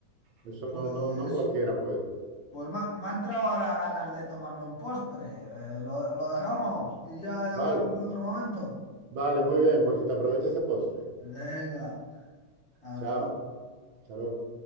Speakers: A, on the right; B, on the left.
A: eso
B: Pues,
A: no, no, no cualquiera puede.
B: pues me, ha me ha entrado ahora ganas de tomarme un postre. Eh, lo, lo dejamos y ya, ya
A: Vale,
B: hablaremos en otro momento.
A: vale, muy bien, pues que te aproveche ese postre.
B: Venga, hasta
A: Chao,
B: luego.
A: hasta luego.